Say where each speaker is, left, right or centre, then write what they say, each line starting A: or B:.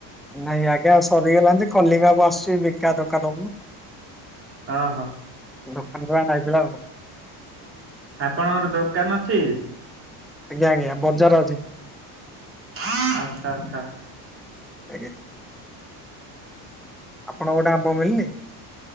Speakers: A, in the centre; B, on the right.
A: ନାଇଁ ଆଜ୍ଞା ସରିଗଲାଣି କଲିମି ଆମ୍ବ ଆସୁଛି ବିକା ଦୋକାନକୁ।
B: ଓ ହୋ।
A: ଦୋକାନରୁ ଆଇଥିଲା ଆଉ କଣ।
B: ଆପଣଙ୍କର ଦୋକାନ ଅଛି?
A: ଆଜ୍ଞା-ଆଜ୍ଞା ବଜାର ଅଛି।
B: ଆଚ୍ଛା ଆଚ୍ଛା।
A: ଆଜ୍ଞା। ଆପଣଙ୍କୁ ଆଡେ ଆମ୍ବ ମିଳିନି?